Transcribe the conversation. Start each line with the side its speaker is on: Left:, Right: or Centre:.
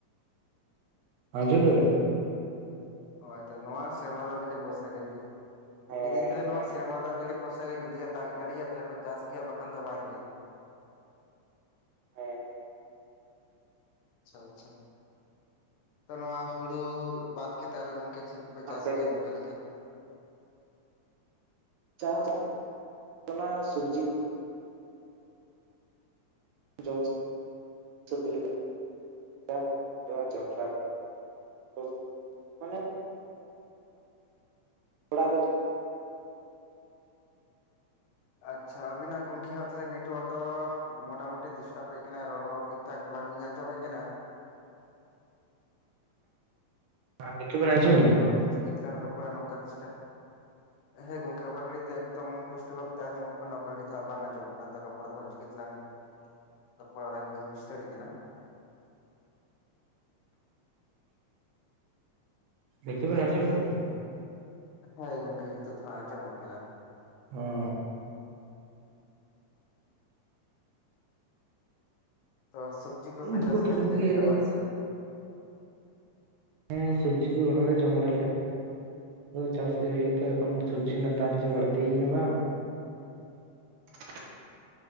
Right: ᱟᱡᱚᱢ ᱞᱮᱱᱟ,
Left: ᱚ ᱟᱪᱷᱟ ᱱᱚᱣᱟ ᱥᱮᱨᱢᱟ ᱫᱟᱜ <inaudible>
Right: ᱦᱮᱸ
Left: ᱞᱮᱫᱤᱱ ᱛᱚᱵᱮ
Right: ᱚᱱᱟ
Left: ᱱᱚᱣᱟ ᱥᱮᱨᱢᱟ ᱫᱟᱜ ᱡᱟᱹᱨᱤ ᱵᱚᱥ ᱜᱮ ᱡᱩᱫᱤ ᱮ ᱫᱟᱜ ᱡᱟᱹᱲᱤᱭᱟ ᱛᱟᱦᱚᱞᱮ ᱯᱮ ᱪᱟᱥ ᱜᱮᱭᱟ ᱵᱟᱠᱷᱟᱱ ᱫᱚ ᱵᱟᱝᱜᱮ
Right: ᱦᱮᱸ
Left: ᱟᱪᱪᱷᱟ ᱟᱪᱪᱷᱟ ᱛᱚ ᱱᱚᱣᱟ ᱦᱩᱲᱩ ᱵᱟᱫ ᱠᱟᱛᱮᱜ ᱟᱨᱚ ᱜᱚᱝᱠᱮ ᱪᱮᱫ ᱠᱚ? ᱯᱮ ᱪᱟᱥ
Right: ᱟᱯᱮ
Left: ᱜᱮᱭᱟ ᱱᱚᱝᱠᱟ ᱞᱮᱫᱟᱹ
Right: ᱪᱟᱥ ᱚᱱᱟ ᱥᱚᱵᱡᱤ ᱠᱚ ᱡᱚᱢ <inaudible> ᱞᱮᱠᱟ <inaudible> ᱡᱚᱱᱰᱨᱟ ᱠᱚ ᱢᱟᱱᱮ ᱛᱷᱚᱲᱟ <inaudible>
Left: ᱟᱪᱪᱷᱟ ᱟᱵᱤᱱᱟᱜ ᱜᱚᱝᱠᱮ ᱦᱟᱸᱜ ᱛᱟᱦᱚᱞᱮ ᱱᱮᱴᱚᱣᱟᱨᱠ ᱫᱚ ᱢᱚᱴᱟᱢᱩᱴᱤ ᱰᱤᱥᱴᱟᱵᱮᱫ ᱠᱟᱱᱟ ᱨᱚᱲ ᱦᱚᱸ ᱴᱷᱤᱠ ᱴᱷᱟᱠ ᱵᱟᱝᱞᱤᱧ ᱟᱸᱡᱚᱢᱮᱫ ᱠᱟᱱᱟᱹ
Right: <unintelligible>
Left: ᱛᱚ ᱪᱤᱠᱟᱹ ᱛᱮᱞᱟᱝ ᱨᱚᱯᱚᱲᱟ ᱱᱚᱝᱠᱟ ᱰᱤᱥᱴᱟᱵ?
Right: <unintelligible>
Left: ᱦᱮᱸ ᱜᱚᱝᱠᱮ ᱚᱠᱟ ᱜᱷᱟᱹᱲᱤᱡ ᱫᱚ ᱮᱠᱚᱢ ᱯᱩᱥᱴ ᱵᱷᱟᱵᱛᱮ ᱟᱸᱡᱚᱢᱚᱜ ᱠᱟᱱᱟ ᱚᱠᱟ ᱜᱷᱟᱲᱤᱡ ᱫᱚ ᱵᱟᱝ ᱟᱸᱡᱚᱢᱚᱜ ᱠᱟᱱᱟ ᱨᱚᱯᱚᱲ ᱫᱚ ᱦᱟᱸᱜ ᱪᱤᱠᱟᱹ ᱛᱮᱞᱟᱝ
Right: <unintelligible>
Left: ᱨᱯᱚᱲ ᱚᱲᱟᱜᱮ ᱵᱟᱹᱧ ᱵᱩᱥᱛᱟᱲᱮᱜ ᱠᱟᱱᱟ
Right: <inaudible> ᱟᱡᱚᱢ ᱫᱟ ᱛᱚ
Left: ᱦᱮᱸ ᱜᱚᱢᱠᱮ ᱱᱤᱛᱚᱜ ᱫᱚ ᱦᱟᱸᱜ ᱟᱸᱡᱚᱢᱚᱜ ᱠᱟᱱᱟ᱾
Right: ᱦᱮᱸ
Left: ᱛᱚ ᱥᱚᱵᱽᱡᱤ ᱠᱚᱯᱮ
Right: ᱩᱱᱠᱩ
Left: ᱪᱟᱥ
Right: ᱛᱟᱦᱞᱮ
Left: ᱡᱚᱢ ᱞᱟᱹᱭ ᱠᱮᱜᱼᱟ ᱵᱟᱝ ᱥᱮ?
Right: ᱦᱮᱸ ᱥᱚᱵᱡᱤ ᱠᱚ ᱚᱲᱟᱜ ᱨᱮ ᱡᱚᱢ ᱵᱟᱲᱟ ᱞᱮᱠᱟ ᱪᱟᱥ ᱜᱮ ᱦᱩᱭᱩᱜᱼᱟ ᱛᱚ ᱮᱠᱷᱚᱱ ᱥᱚᱵᱽᱡᱤ ᱨᱮᱱᱟᱜ ᱫᱟᱢ ᱡᱟ ᱵᱟᱲᱛᱤᱭ ᱠᱟᱱᱟ ᱵᱟᱝ᱾ ᱻ